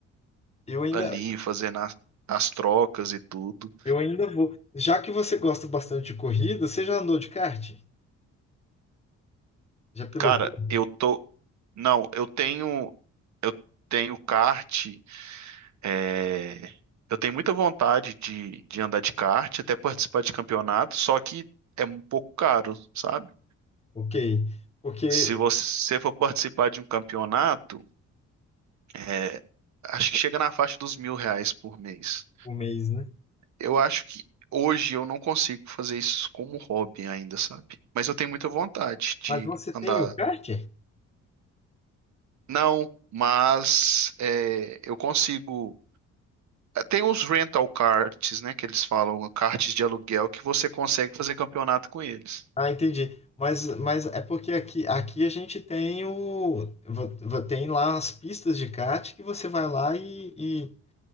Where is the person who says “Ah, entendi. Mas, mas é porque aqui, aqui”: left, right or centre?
Left